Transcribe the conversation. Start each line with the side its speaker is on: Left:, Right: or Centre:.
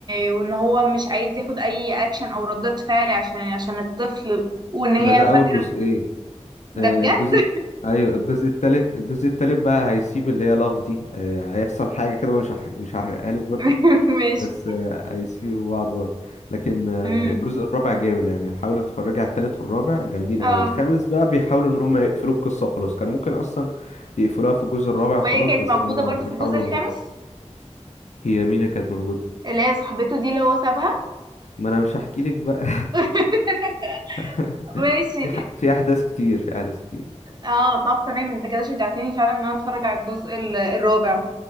Right: وان هو مش عايز ياخد اي اكشن او ردات فعل عشان عشان الطفل وان
Left: ده
Right: هي
Left: ده اول
Right: فاتحة
Left: جزئين آه
Right: ده بجد
Left: الجزء ايوه الجزء التالت الجزء التالت بقى هيسيب اللي هي لاف دي آه هيحصل حاجة كده مش هح- مش هحرقها لك برضو
Right: <laughs> ماشي
Left: بس هيسيبوا بعض برضه لكن آه،
Right: امم
Left: الجزء الرابع جامد يعني حاولوا تتفرج على التالت والرابع جامدين
Right: اه
Left: قوي الخامس بقى بيحاولوا ان هم يقفلوا القصة وخلاص كانوا ممكن اصلا يقفلوها في الجزء الرابع
Right: وهي
Left: وخلاص
Right: كانت
Left: بس
Right: موجودة
Left: هم
Right: برضو
Left: بيحاولوا
Right: في الجزء الخامس
Left: يمطوا هي مين اللي كانت موجودة
Right: اللي هي صاحبته دي اللي هو سابها
Left: ما انا مش هحكي لك بقى
Right: <laughs>
Left: <laughs>
Right: ماشي
Left: في ح... في احداث كتير في احداث كتير
Right: اه طب تمام انت كده شجعتني فعلا ان انا اتفرج على الجزء ال- الرابع